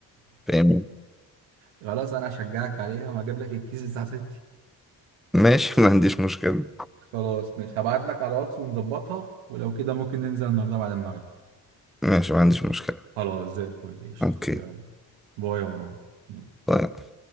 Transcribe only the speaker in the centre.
فاهم
ماشي ما عنديش مشكلة
ماشي ما عنديش مشكلة
اوكي
طيب